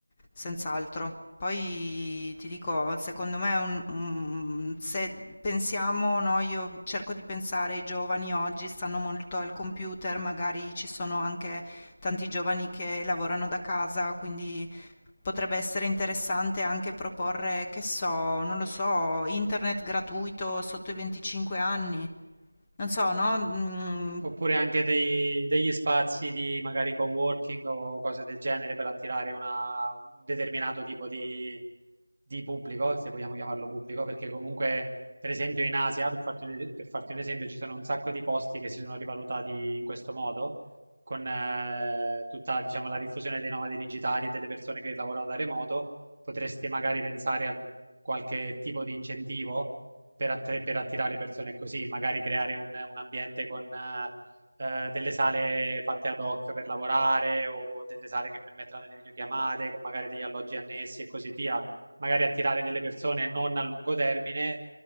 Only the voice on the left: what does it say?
senz'altro. Poi ti dico, secondo me, è un- un- se pensiamo, no, io cerco di pensare, i giovani oggi stanno molto al computer, magari ci sono anche tanti giovani che lavorano da casa, quindi Potrebbe essere interessante anche proporre, che so, non lo so, internet gratuito sotto i 25 anni. Non so, no? Mm,